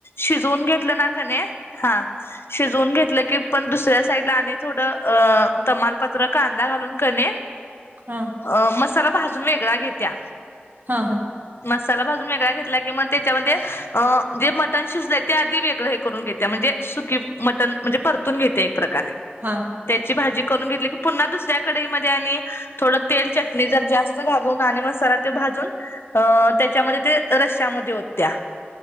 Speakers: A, on the left; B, on the right.
A: शिजवून घेतलं ना का नाही? हां. शिजवून घेतलं की, पण दुसऱ्या साईड ला आणि थोडं अ- तमालपत्र कांदा घालून कनी -
B: हम.
A: अ मसाला भाजून वेगळा घेत्या.
B: हं. हं.
A: मसाला भाजून वेगळा घेतला कि म त्याच्यामध्ये, अ जे मटन शिजलय ते आधी वेगळं हे करून घेतेया. म्हणजे- सुकी मटण. म्हणजे परतून घेते एक प्रकारे.
B: हां.
A: त्याची भाजी- करून घेतली की पुन्हा दुसऱ्या कढईमध्ये आणि थोडं तेल, चटणी जर जास्त घालून आणि मसाला ते भाजून- अं. त्याच्यामधे ते रश्यामधे ओतत्या.